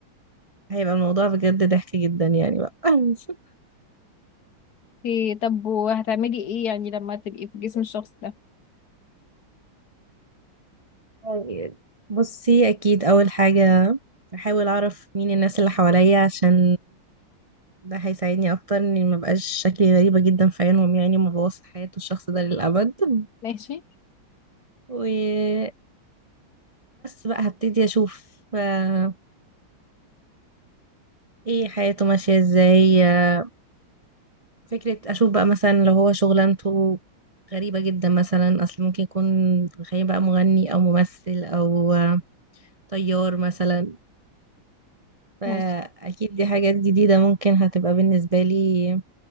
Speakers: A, on the right (about 35°); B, on the left (about 55°).
A: هيبقى الموضوع بجد ضحك جدا يعني بقى <laughs>
B: إيه طب وهتعملي ايه يعني لما تبقي في جسم الشخص ده
A: طيب، بصي اكيد اول حاجة احاول اعرف مين الناس اللي حواليا عشان ده هيساعدني اكتر اني ما بقاش شكلي غريبة جدا في عينهم يعني ما بوظ حياة الشخص ده للابد
B: ماشي
A: وبس بقى هبتدي اشوف آه، ايه حياته ماشية ازاي آه، فكرة أشوف بقى مثلا لو هو شغلانته غريبة جدا مثلا أصل ممكن يكون تخيل بقى مغني أو ممثل أو طيار مثلا فأكيد
B: ماشي
A: دي حاجات جديدة ممكن هتبقى بالنسبة لي